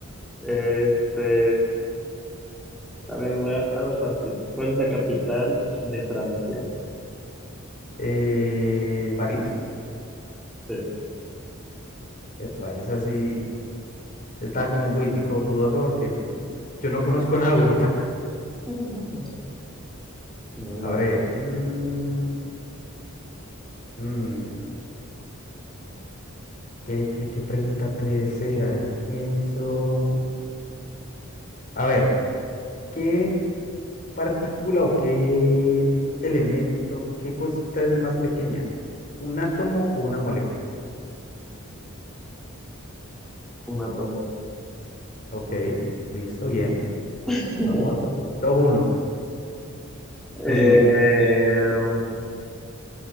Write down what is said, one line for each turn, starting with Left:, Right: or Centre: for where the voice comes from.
Centre: Este. También voy a algo fácil. ¿Cuál es la capital de Francia?
Left: Eh, París,
Centre: Sí.
Left: epa, esa sí está como un poquitico dudoso porque yo no conozco <laughs> nada de Europa.
Centre: <laughs>
Left: <laughs>
Centre: No, igual
Left: A ver,
Centre: es fácil.
Left: mm, mm, ¿qué, qué, qué pregunta puede ser? A ver, pienso. A ver, ¿qué? partícula o qué elemento, qué cosita es más pequeña? ¿Un átomo o una molécula?
Centre: Un átomo.
Left: Ok, listo, bien.
Centre: <laughs>
Left: Vamos, dos uno
Centre: Eh,
Left: Tú sigue.